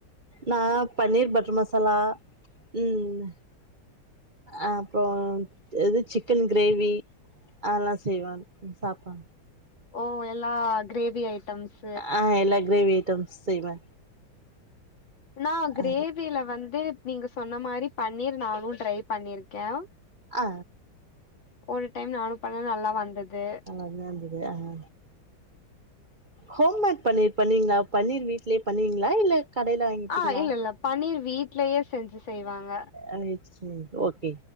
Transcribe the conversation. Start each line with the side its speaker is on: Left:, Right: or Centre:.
Right: நா பன்னீர் பட்ரு மசாலா உம் ஆ அப்றோ எது சிக்கன் கிரேவீ அதல்லா செய்வன் சாப்பா
Left: ஓ எல்லா கிரேவி ஐட்டம்ஸு
Right: ஆஹ் எல்லா கிரேவி ஐட்டம்ஸ் செய்வே
Left: நா கிரேவில
Right: ஆ
Left: வந்து நீங்க சொன்ன மாரி பன்னீர் நானூ ட்ரை பண்ணிர்க்கே
Right: ஆ
Left: ஒரு டைம் நானு பண்ணெ நல்லா வந்தது
Right: <unintelligible> அஹா ஹோம்மேட் பன்னீர் பண்ணுவிங்ளா பன்னீர் வீட்லே பண்ணுவிங்ளா இல்ல கடையில வாங்கிப்பிங்ளா
Left: ஆ இல்ல இல்ல பன்னீர் வீட்லயே செஞ்சு செய்வாங்க
Right: ஆ சேர் ஓகே